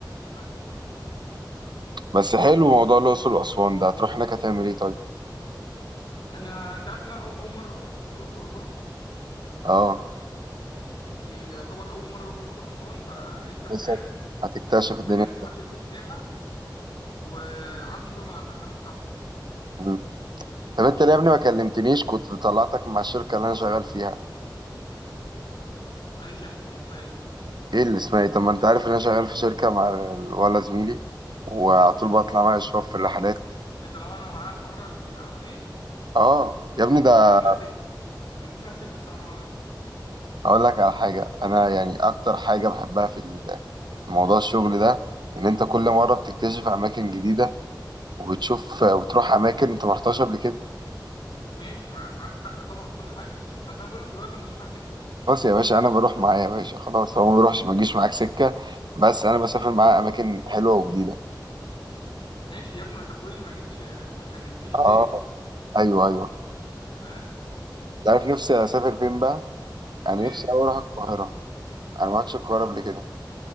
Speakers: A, on the left; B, on the right.
A: مشتى
B: بس حلو موضوع الأقصر وأسوان ده هتروح هناك هتعمل إيه طيب؟
A: انا انت عارف ان انا أو... اول مره اروح اصلا الاقصر واسوان
B: أه
A: دي يعتبر اول مره اروح الاقصر واسوان فلسه مش
B: لسه
A: عارف
B: هتكتشف الدنيا
A: هجسم مع شركه سياحه وامشي بقى مع البرنامج بتاعهم
B: مم. طب أنت ليه يا ابني ما كلمتنيش كنت طلعتك مع الشركة اللي أنا شغال فيها
A: يعني شركة اسمها ايه
B: ايه اللي اسمها ايه طب ما انت عارف ان انا شغال في شركه مع ال- ولا زميلي وعلى طول بطلع مع اشراف في الرحلات
A: اللي طلعنا معاه مرة العالمين
B: اه يا ابني ده
A: ما بيجيش معاها سكة ما بيجيش معاها سكة الصراحة المرة ده
B: اقول لك على حاجه انا يعني اكتر حاجه بحبها في ال- في موضوع الشغل ده ان انت كل مره بتكتشف اماكن جديده وبتشوف وتروح اماكن انت ما رحتهاش قبل كده
A: ماشي مع... معاك حق طبعا وكل حاجة بس انا بقول لك الولد ده ما بيجيش معاه سكة
B: خلاص يا باشا انا بروح معاه يا باشا خلاص هو ما بيروحش ما بيجيش معاك سكه بس انا بسافر معاه اماكن حلوه وجديده
A: ماشي يا ابني ما انت بتقول لي ما جيتش ما كلمتنيش
B: اه
A: ليه
B: ايوه ايوه
A: فاهم
B: انت عارف نفسي اسافر فين بقى انا
A: فين
B: نفسي أوي اروح القاهره انا ما رحتش القاهره قبل كده